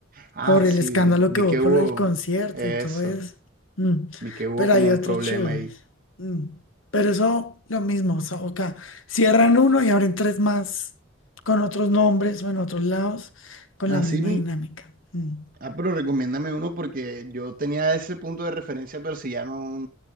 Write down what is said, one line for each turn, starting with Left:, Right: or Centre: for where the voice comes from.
Right: Ah,
Left: por el
Right: sí,
Left: escándalo
Right: vi, vi
Left: que hubo
Right: que
Left: por
Right: hubo
Left: el concierto
Right: eso.
Left: y todo eso. Mm,
Right: Vi que hubo
Left: Pero
Right: como
Left: hay
Right: un
Left: otros
Right: problema
Left: chulos,
Right: ahí.
Left: Mm, Pero eso, lo mismo, o sea, acá cierran uno y abren tres más con otros nombres o en otros lados con
Right: Así,
Left: la misma dinámica. Mm.
Right: ah, pero recomiéndame uno porque yo tenía ese punto de referencia, pero si ya no